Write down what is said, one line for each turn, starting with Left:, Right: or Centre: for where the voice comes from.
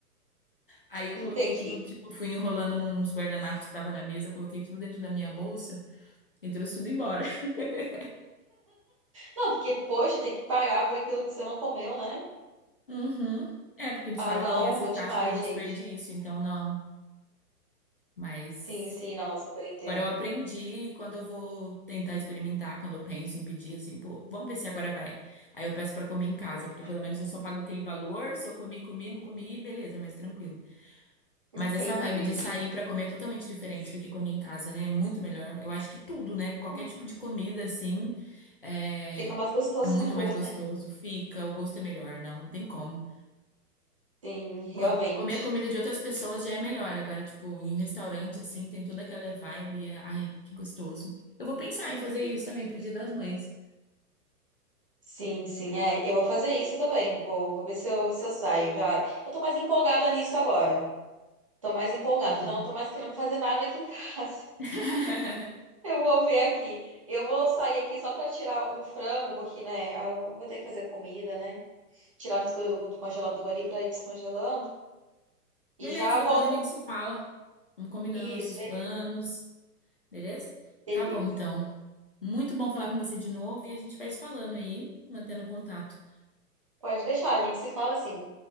Left: Aí eu
Right: Entendi.
Left: coloquei tudo, tipo, fui enrolando nos guardanapos que tava na mesa, coloquei tudo dentro da minha bolsa e trouxe tudo embora. <laughs>
Right: Não, porque, poxa, tem que pagar por aquilo que você não comeu, né?
Left: Uhum. É, porque eles
Right: Ah,
Left: falam
Right: não,
Left: que tem essa
Right: ruim
Left: taxa
Right: demais,
Left: do desperdício,
Right: gente.
Left: então não. Mas
Right: Sim, sim, não, eu super entendo.
Left: agora eu aprendi e quando eu vou tentar experimentar, quando eu penso em pedir, assim, pô, vamos ver se agora vai. Aí eu peço pra comer em casa, porque pelo menos eu só pago aquele valor, se eu comi, comi, não comi, beleza, mas tranquilo.
Right: Entendi.
Left: Mas essa vibe de sair pra comer é totalmente diferente do que comer em casa, né? É muito melhor. Eu acho que tudo, né? Qualquer
Right: Hum,
Left: tipo de comida, assim, é,
Right: Fica mais gostoso
Left: é muito
Right: na rua,
Left: mais gostoso.
Right: né?
Left: Fica, o gosto é melhor, não, não tem como.
Right: Sim, realmente.
Left: Co- comer a comida de outras pessoas já é melhor. Agora, tipo, em restaurante, assim, tem toda aquela vibe. e é- Ai, que gostoso. Eu vou pensar em fazer isso também pro Dia das Mães.
Right: Sim, sim, é. Eu vou fazer isso também. Vou, vou ver se eu, se eu saio. Já, eu tô mais empolgada nisso agora. Tô mais empolgada.
Left: Uhum.
Right: Já não tô mais querendo fazer nada aqui em casa. <laughs>
Left: <laughs>
Right: Eu vou ver aqui. Eu vou sair aqui só pra tirar um frango, porque, né, eu vou ter que fazer comida, né? Tirar do co- do congelador ali pra ir descongelando. E
Left: Beleza,
Right: já
Left: depois
Right: volto.
Left: a
Right: pra-
Left: gente se fala. Vamos combinando
Right: Isso,
Left: nossos
Right: beleza.
Left: planos. Beleza?
Right: Beleza.
Left: Tá bom, então. Muito bom falar com você de novo e a gente vai se falando aí, mantendo contato.
Right: Pode deixar, a gente se fala assim.